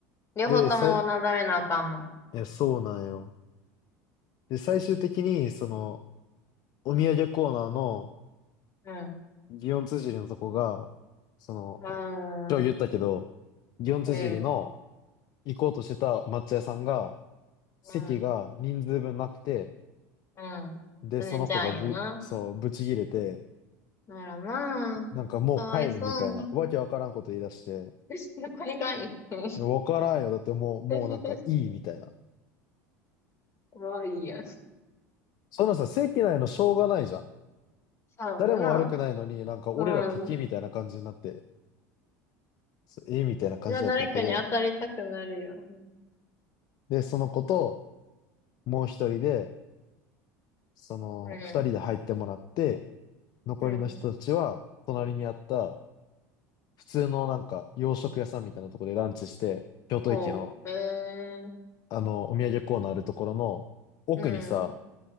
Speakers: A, on the left; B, on the left.
A: 両方ともなだめなあかんもん。
B: で、さい、いや、そうなんよ。で、最終的に、その、お土産コーナーの、
A: うん。
B: 祇園綴りのとこが、その、
A: うーん。
B: 今日言ったけど、祇園綴りの
A: うん。
B: 行こうとしてた抹茶屋さんが、席が人数分なくて、
A: うん。うん。
B: で、
A: すねちゃんやな。
B: その子がぶ、そう、ぶち切れて、
A: ならまあ、
B: なんかもう帰るみたいな、
A: かわいそうに。
B: わけわからんこと言い出して、
A: <laughs> どこに帰んの
B: いやわからんよ。だってもう、もうなんかいいみたいな。
A: <laughs> かわいいやん。
B: そんなさ、席内のしょうがないじゃん。
A: そうやな。
B: 誰も悪くないのに、なんか俺ら敵みたいな感じになって、
A: うん。
B: そうえみたいな感じだったんやけど、
A: それは誰かに当たりたくなるよ。
B: で、その子と、もう一人で、その、
A: うん。
B: 二人で入ってもらって、残りの人たちは、
A: うん。
B: 隣にあった、普通のなんか、洋食屋さんみたいなところでランチして、京都駅の、
A: ほう。えー、
B: あの、お土産コーナーあるところの、奥にさ、
A: うん。